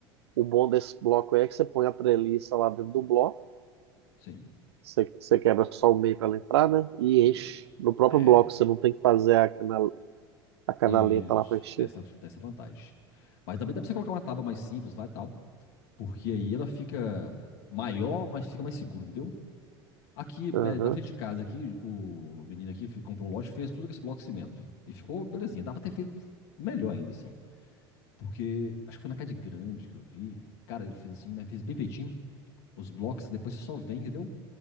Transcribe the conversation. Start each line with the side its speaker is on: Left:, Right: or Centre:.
Right: o bom desse bloco é que você põe a treliça lá dentro do bloco,
Left: Sim,
Right: Você, você quebra só o meio para ela entrar, né? E
Left: é
Right: enche
Left: isso.
Right: no próprio
Left: É,
Right: bloco. Você não tem que fazer a, canal, a canaleta
Left: isso,
Right: lá para encher.
Left: tem essa, tem essa vantagem. Mas também dá pra você colocar uma tábua mais simples lá e tal, porque aí ela fica maior, mas fica mais seguro, entendeu? Aqui,
Right: Aham.
Left: eh, na frente de casa, aqui, o menino aqui comprou um lote, fez tudo com esse bloco de cimento. E ficou belezinha. Dá pra ter feito melhor ainda, assim. Porque acho que foi na Cade Grande que eu vi. Cara, ele fez assim, mas fez bem feitinho. Os blocos, depois você só vem, entendeu?